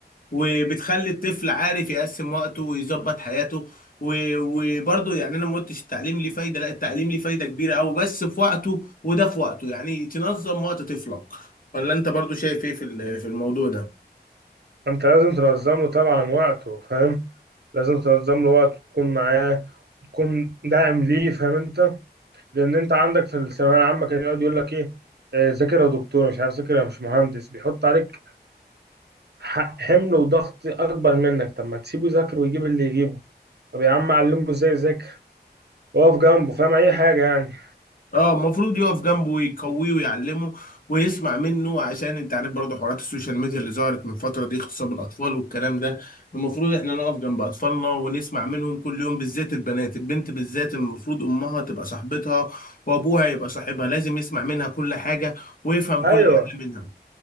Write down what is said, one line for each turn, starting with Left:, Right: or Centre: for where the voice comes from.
Left: وبتخلي الطفل عارف يقسم وقته ويظبط حياته و- وبرضه يعني انا ما قلتش التعليم ليه فايده لا التعليم ليه فايده كبيره قوي بس في وقته وده في وقته يعني تنظم وقت طفلك ولا انت برضه شايف ايه في ال- في الموضوع ده
Right: انت لازم تنظم له طبعا وقته فاهم لازم تنظم له وقته تكون معاه تكون داعم ليه فاهم انت لان انت عندك في الثانويه العامه كان يقعد يقول لك ايه آه، ذاكر يا دكتور مش عارف ذاكر يا مش مهندس بيحط عليك ح- حمل وضغط اكبر منك طب ما تسيبه يذاكر ويجيب اللي يجيبه طب يا عم علمه ازاي يذاكر واقف جنبه فاهم اي حاجه يعني
Left: اه المفروض يقف جنبه ويقويه ويعلمه ويسمع منه عشان انت عارف برضه حوارات السوشيال ميديا اللي ظهرت من فتره دي اغتصاب الاطفال والكلام ده المفروض احنا نقف جنب اطفالنا ونسمع منهم كل يوم بالذات البنات البنت بالذات المفروض امها تبقى صاحبتها وابوها يبقى صاحبها لازم يسمع منها كل حاجه ويفهم
Right: ايوه
Left: كل حاجه منها